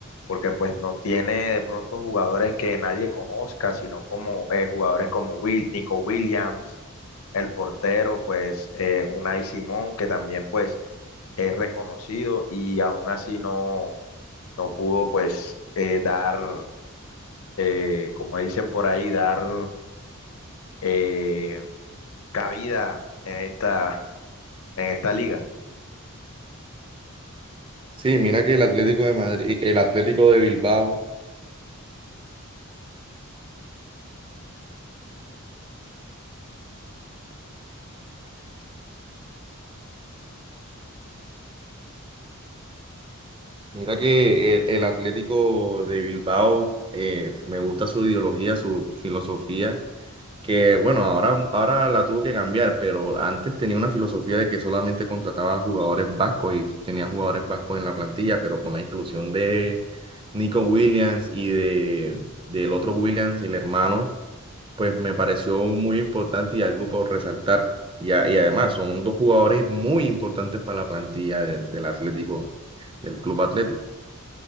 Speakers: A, on the left (about 70°); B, on the right (about 25°).
A: porque pues no tiene de pronto jugadores que nadie conozca, sino como eh, jugadores como Will, Nico Williams, el portero pues eh, Unai Simón que también pues es reconocido y aún así no no pudo pues eh, dar, eh, como dicen por ahí, dar eh, cabida en esta, en esta liga.
B: Sí, mira que el Atlético de Madrid, el Atlético de Bilbao, mira que el, el Atlético de Bilbao, eh, me gusta su ideología, su filosofía, que bueno, ahora, ahora la tuvo que cambiar, pero antes tenía una filosofía de que solamente contrataba jugadores vascos y tenía jugadores vascos en la plantilla, pero con la inclusión de Nico Williams y de, del otro Williams, el hermano pues me pareció muy importante y algo por resaltar. Y, a- y además son dos jugadores muy importantes para la plantilla de- del Atlético, del Club Atlético.